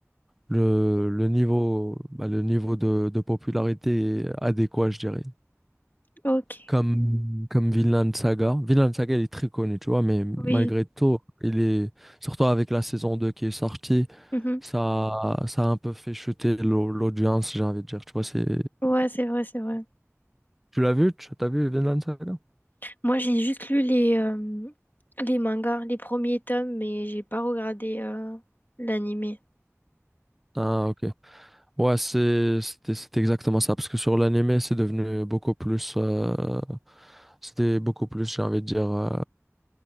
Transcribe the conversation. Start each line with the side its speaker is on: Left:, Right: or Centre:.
Centre: le, le niveau, bah, le niveau de, de popularité adéquat, je dirais.
Left: Ok.
Centre: Comme, comme Vinland Saga. Vinland Saga, il est très connu, tu vois, mais
Left: Oui.
Centre: malgré tout, il est, surtout avec la saison 2 qui est sortie,
Left: Mhm.
Centre: ça, ça a un peu fait chuter l'au- l'audience, j'ai envie de dire. Tu vois, c'est,
Left: Ouais, c'est vrai, c'est vrai.
Centre: tu l'as vu? Tu as vu Vinland Saga?
Left: Moi, j'ai juste lu les, euh, les mangas, les premiers tomes, mais j'ai pas regardé euh, l'animé.
Centre: Ah, ok. Ouais, c'est c'était c'était exactement ça parce que sur l'anime, c'est devenu beaucoup plus euh, c'était beaucoup plus, j'ai envie de dire euh,